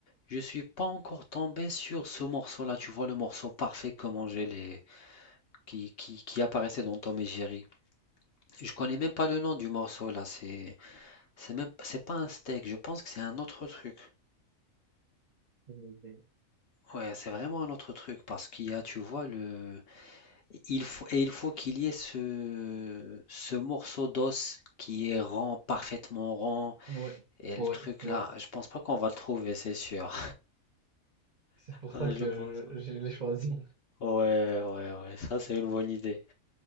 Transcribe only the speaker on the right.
Ouais,
ouais,
ouais.
ouais.
C'est pour
ça que
je, je l'ai choisi.